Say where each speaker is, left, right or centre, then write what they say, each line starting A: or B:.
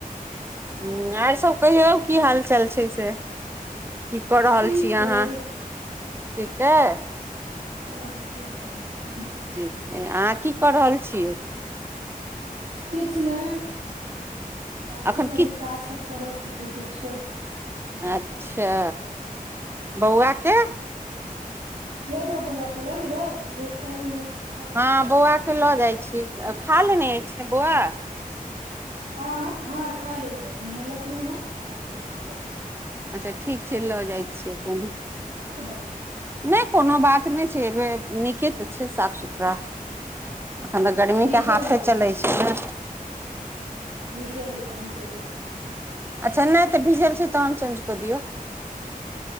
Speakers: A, on the right; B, on the right.
A: ह्म्म आर सभ कहियौ की हालचाल छै से की कऽ रहल
B: ठीक
A: छी अहाँ
B: अइ
A: ठीके है
B: ओछ ठीक हइ
A: ठीक अहाँ की कऽ रहल छियै
B: किछ नहि जाइ
A: एखन
B: छी कनी
A: की
B: काज सब करब किछु कि छओ
A: अच्छा बौआके
B: लऽ जाउ बौके लाज बैय धूप त
A: हँ बौआ केँ लऽ जाइ छी खा ले ने बौआ
B: ह ह ह खा ले ने नहेलक नै हन एत त ल जाउ
A: अच्छा ठीक छै लऽ जाइ छियै कोनो
B: ह <inaudible>
A: नहि कोनो बात नहि छै एबे नीके तऽ छै साफ सुथरा एखन तऽ गर्मीकेँ
B: भीजल
A: हाथे
B: अछि
A: चलैत
B: खाली
A: छै ने
B: भीजल अइ कनि तऽ गेल
A: अच्छा नहि तऽ भीजल छैक तहन चेंज क दियौ